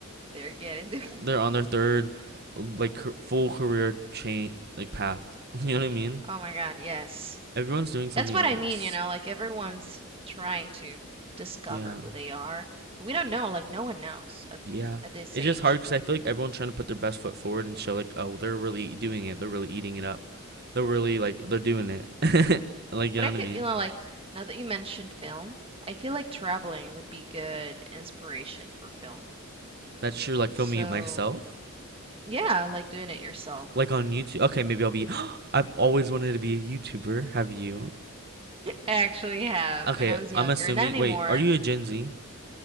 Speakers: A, on the right; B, on the right.
A: They're getting <laughs> divorced.
B: they're on their third like full career chain like path. <laughs> You know what I mean?
A: Oh my God, yes.
B: Everyone's doing something
A: That's what
B: else.
A: I mean, you know, like everyone's trying to discover
B: Yeah.
A: who they are. We don't know, like no one knows at,
B: Yeah.
A: at this
B: It's
A: age.
B: just hard because I feel like everyone's trying to put their best foot forward and show like, oh, they're really doing it. They're really eating it up. They're really like they're doing it. <laughs> like you
A: But
B: know
A: I
B: what
A: feel,
B: I mean?
A: you know, like now that you mentioned film, I feel like traveling would be good inspiration for film.
B: That's true. Like filming
A: So,
B: it myself,
A: yeah, I like doing it yourself.
B: like on YouTube. Okay, maybe I'll be. <gasps> I've always wanted to be a YouTuber. Have you?
A: I actually have
B: Okay,
A: when I was younger,
B: I'm assuming.
A: not anymore.
B: Wait, are you a Gen Z?